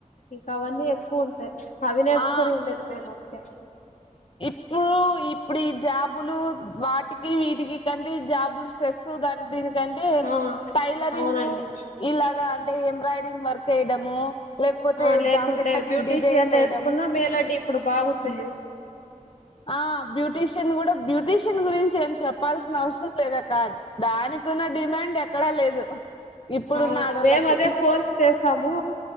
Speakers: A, on the left (about 65°); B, on the left (about 40°).
A: ఇంకా అవన్నీ ఎక్కువుంటయ్. అవి నేర్చుకొని
B: ఆ
A: ఉండేది మేలు <unintelligible>
B: ఇప్పుడు ఇ ఇప్పుడు ఈ జాబులు వాటికి వీటికి కంటే జాబులు స్ట్రెస్ దాని దీనికంటే
A: ఆ
B: టైలరింగ్
A: అవునండి
B: ఇలాగా అ అంటే ఎంబ్రాయిడిరింగ్ వర్క్ ఎయడము లేకపోతే
A: ఆ లేకుంటే
B: జాకెట్లకి
A: బ్యూటీషియన్
B: డిజైన్లు
A: నేర్చుకున్నా
B: వేయడం
A: మేలండి ఇప్పుడు బాగుంటుంది
B: ఆ బ్యూటీషియన్ కూడా బ్యూటీషియన్ గురించి ఏం చెప్పాల్సిన అవసరం లేదక్క దానికున్న డిమాండ్ ఎక్కడా లేదు ఇప్పుడున్న
A: అవునం
B: ఆడోళ్ళకి
A: మేము అదే కోర్స్ చేసాము